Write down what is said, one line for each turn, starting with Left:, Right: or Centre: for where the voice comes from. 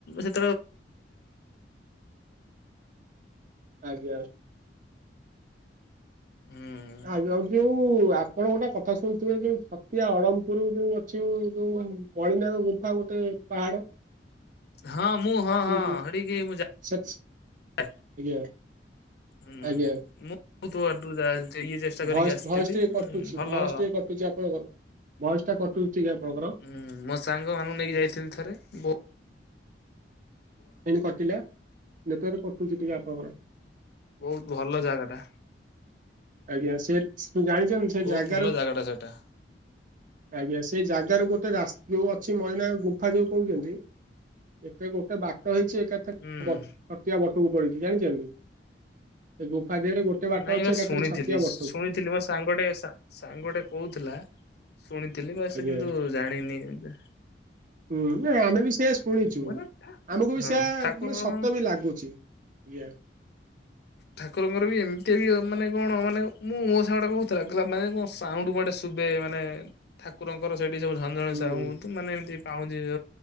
Left: ସେ
Right: ଆଜ୍ଞା।
Left: ହୁଁ
Right: ଆ ଯୋଉ ଯୋଉ। ଆପଣ ଗୋଟେ କଥା ଶୁଣୁଥିବେ ଯୋଉ ଛତିଆ ଅଳମପୁର ଯୋଉ ଅଛି। ଯୋଉ କଳିନାଗ ଗୁମ୍ଫା ଗୋଟେ ପାହାଡ।
Left: ହଁ ମୁଁ ହଁ
Right: ଶୁଣିଥିବେ
Left: ହଁ ହେଟିକି ମୁଁ ଯାଏ।
Right: ସେଠ୍ ଆଜ୍ଞା
Left: ହୁଁ
Right: ଆଜ୍ଞା
Left: ମୁଁ ବହୁତ ଇଏ ଚେଷ୍ଟା କରିକି
Right: ଭଏସ୍
Left: ଆସିଥିଲି।
Right: ଭଏସ୍ ଟିକେ କଟୁଛି
Left: ଭଲ
Right: ଭଏସ୍ ଟିକେ କଟୁଛି ଆପଣଙ୍କର ଭୟସ୍ ଟା କଟୁଛି ଟିକେ ଆପଣଙ୍କର।
Left: ହୁଁ ମୋ ସାଙ୍ଗ ମାନଙ୍କୁ ନେଇକି ଯାଇଥିଲି ଥରେ। ବୋ
Right: ଏ କଟିଲା ନେଟୱାର୍କ କଟୁଛି ଟିକେ ଆପଣଙ୍କର।
Left: ବହୁତ ଭଲ ଜାଗାଟା।
Right: ଆଜ୍ଞା ସେ ତୁ ଜାଣିଛନ୍ତି ସେ
Left: ବହୁତ
Right: ଜାଗାରୁ
Left: ଭଲ ସେଟା ସେଇଟା।
Right: ଆଜ୍ଞା ସେଇ ଜାଗାରୁ ଗୋଟେ ରା ଯୋଉ ଅଛି ମଇନା ଗୁମ୍ଫା ଯୋଉ କହୁଛନ୍ତି। ଏତେ ଗୋଟେ ବାଟ ହେଇଛି। ଏକା ଛତିଆ
Left: ହୁଁ।
Right: ବଟକୁ ପଡିଛି ଜାଣିଛନ୍ତି। ସେ ଗୁମ୍ଫା ଦେହରେ ଗୋଟେ ବାଟ
Left: ନାଇଁ
Right: ଅଛି
Left: ବା
Right: ଏକାଥରେ
Left: ଶୁଣିଥିଲି।
Right: ଛତିଆ ବଟକୁ
Left: ଶୁଣିଥିଲି ମୋ ସାଙ୍ଗଟେ ସାଙ୍ଗଟେ କହୁଥିଲା। ଶୁଣିଥିଲି ବାସ
Right: ଆଜ୍ଞା
Left: କିନ୍ତୁ ଜାଣିନି ଏତେ।
Right: ହୁଁ ନା ଆମେ ବି ସେଇଆ ଶୁଣିଛୁ।
Left: ମାନେ
Right: ଆମକୁ ବି
Left: ହଁ
Right: ସେୟା
Left: ଠାକୁରଙ୍କର
Right: ମ ସତ
Left: ମାନେ
Right: ବି ଲାଗୁଛି। ଆଜ୍ଞା।
Left: ଠାକୁରଙ୍କର ବି ଏମିତି ବି ମାନେ କଣ ମାନେ ମୁଁ ମୋ ସାଙ୍ଗଟେ କହୁଥିଲା ମାନେ କଣ ସାଉଣ୍ଡ ଗୋଟେ ସୁବେ ମାନେ ଠାକୁରଙ୍କର ସେଇଠି ସବୁ ଝନ୍ ସଞ୍ଜବେଳେ
Right: ହୁଁ
Left: ସାହୁ ହୁଅନ୍ତୁ ମାନେ ଏମିତି ପାଉଞ୍ଜି ଯ